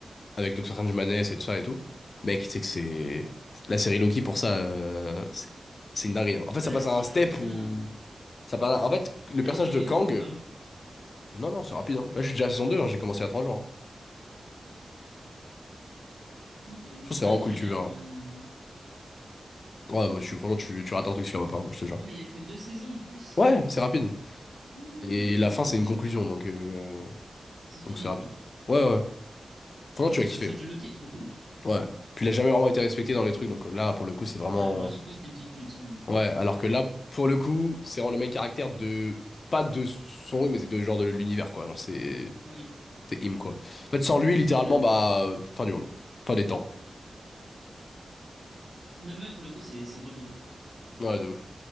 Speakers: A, on the left; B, on the right.
A: avec Doctor Strange Madness et tout ça et tout. Mec, tu sais que c'est. La série Loki, pour ça, euh, c'est c'est une dinguerie. hein. En fait,
B: Ouais,
A: ça passe
B: il faut
A: à
B: que je
A: un step
B: la regarde.
A: où. Ça passe à- En fait, le
B: Elle
A: personnage
B: est- mais elle
A: de
B: est
A: Kang.
B: longue ou pas?
A: Non, non, c'est rapide. hein. Là, je suis déjà à la saison deux hein, j'ai commencé il y a 3 jours. hein.
B: Ok,
A: Je
B: mais
A: trouve
B: faudrait
A: que c'est vraiment
B: que
A: cool,
B: je regarde.
A: tu verras.
B: ouais.
A: Ouais, moi, tu, franchement, tu, tu rates un truc si tu la vois pas, hein, je te jure.
B: Ah, mais il y a que deux saisons en plus.
A: Ouais, c'est rapide.
B: Ah,
A: Et la fin, c'est une conclusion, donc euh,
B: donc c'est fini
A: donc c'est rapide.
B: quoi.
A: Ouais, ouais. Franchement,
B: En plus,
A: tu vas
B: le
A: kiffer.
B: personnage de Loki est trop cool.
A: Ouais. Puis il a jamais vraiment été respecté dans les trucs, donc là, pour le coup, c'est vraiment.
B: Vraiment, à chaque fois c'était une petite pute. son, euh.
A: Ouais, alors que là, pour le coup, c'est vraiment le même caractère de. Pas de son lui, mais c'est de genre de l'univers, quoi. Genre, c'est.
B: Oui,
A: C'est him, quoi. En fait, sans lui,
B: bah
A: littéralement,
B: c'est trop bien.
A: bah. Fin du monde. Fin des temps.
B: Non, mais ouais, pour le coup, c'est c'est grave le goût.
A: Ouais, de ouf.